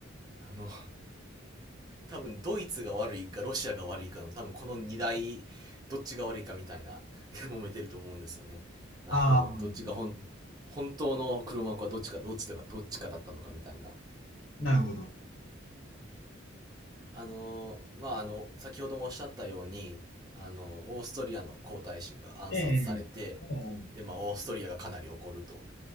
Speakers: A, on the right (about 20°); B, on the left (about 75°).
A: あの、多分ドイツが悪いかロシアが悪いかの多分この二大、どっちが悪いかみたいな、<laughs> 揉めてると思うんですよね。あの、
B: ああ。
A: どっちが本、本当の黒幕はどっちか、どっちだか、どっちかだったのかみたいな。
B: なるほど。
A: あの、まあ、あの、先ほどもおっしゃったように、あの、オーストリアの皇太子が暗殺されて、
B: ええ、ええ、
A: で、まあ、オーストリアがかなり怒ると。